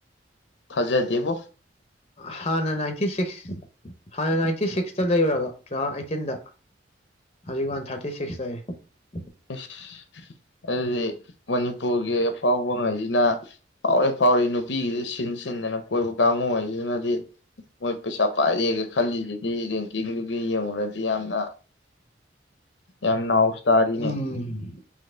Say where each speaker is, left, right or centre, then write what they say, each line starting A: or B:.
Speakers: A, on the left; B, on the left.
A: ꯊꯥꯖꯗꯦꯕꯣ
B: ꯍꯥꯟꯅ ꯅꯥꯏꯟꯇꯤ ꯁꯤꯛꯁ ꯍꯥꯟꯅ ꯅꯥꯏꯟꯇꯤ ꯁꯤꯛꯁꯇ ꯂꯩꯔꯨꯔꯕ ꯇꯨ ꯊꯥꯎꯖꯟ ꯑꯩꯥꯏꯠꯇꯤꯟꯗ ꯍꯧ ꯋꯥ ꯊꯥꯔꯇꯤ ꯁꯤ ꯁꯤꯁ ꯇꯔꯦ
A: ꯏꯁꯁ ꯑꯗꯨꯗꯤ ꯃꯅꯤꯄꯨꯔꯒꯤ ꯑꯐꯥꯎꯕꯉꯩꯁꯤꯅ ꯐꯥꯎꯔ ꯐꯥꯎꯔ ꯅꯨꯄꯤꯒꯤꯁꯨ ꯁꯤꯟ ꯁꯤꯟꯗꯅ ꯀꯣꯏꯕ ꯀꯥꯡꯉꯨꯁꯤꯅꯗꯤ ꯃꯣꯏ ꯄꯩꯁꯥ ꯄꯥꯏꯔꯦꯒ ꯈꯜꯂꯤꯁꯤꯗꯤ ꯔꯦꯡꯀꯤꯡꯗꯨꯒꯤ ꯌꯦꯡꯉꯨꯔꯗꯤ ꯌꯥꯝꯅ ꯌꯥꯝꯅ ꯑꯥꯎꯁ ꯇꯔꯤꯦ
B: ꯎꯝ